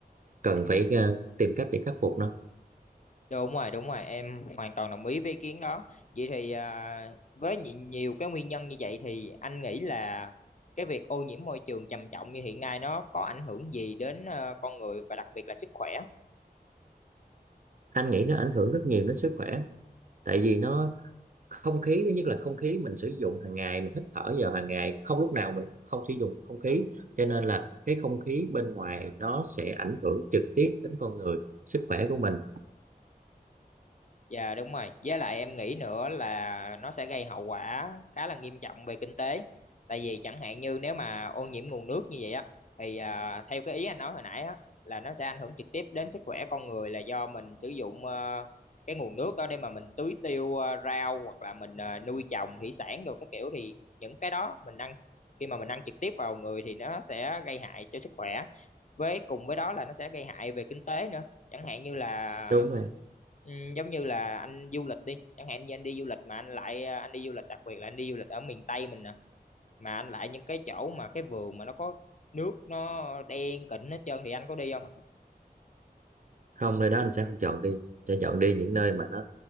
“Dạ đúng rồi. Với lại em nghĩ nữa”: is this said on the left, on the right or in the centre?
Left